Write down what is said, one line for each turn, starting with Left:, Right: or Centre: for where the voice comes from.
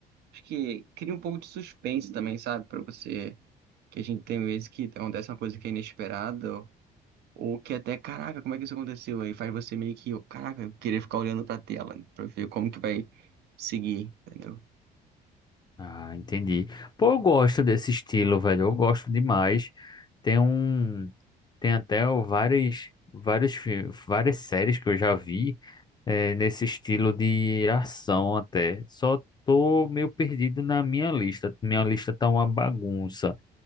Right: Acho que cria um pouco de suspense também, sabe? Pra você. Que a gente tem vezes que acontece uma coisa que é inesperada, ou ou que até, caraca, como é que isso aconteceu? Aí faz você meio que, caraca, querer ficar olhando pra tela, né? pra ver como que vai seguir, entendeu?
Left: Ah, entendi. Pô, eu gosto desse estilo, velho. Eu gosto demais. Tem um, tem até o- várias, vários, fi- várias séries que eu já vi eh, nesse estilo de ação até. Só tô meio perdido na minha lista. Minha lista tá uma bagunça.